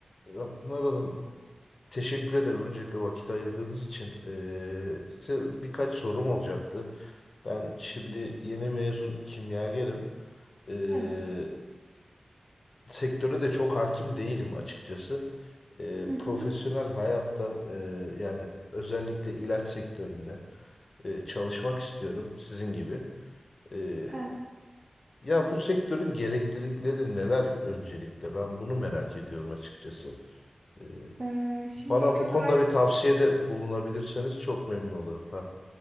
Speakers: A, on the left (about 55°); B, on the right (about 50°).
A: Ya Pınar Hanım teşekkür ederim öncelikle vakit ayırdığınız için. Ee, size birkaç sorum olacaktı. Ben şimdi yeni mezun kimyagerim. Ee,
B: Evet.
A: sektöre de çok hakim değilim açıkçası. Ee,
B: Hı hı.
A: profesyonel hayatta e, yani özellikle ilaç sektöründe e, çalışmak istiyorum sizin gibi. Ee,
B: Evet.
A: ya bu sektörün gereklilikleri neler öncelikle? Ben bunu merak ediyorum açıkçası. Ee,
B: Ee, şimdi
A: Bana
B: Gökay
A: bu konuda bir tavsiyede bulunabilirseniz çok memnun olurum. Heh.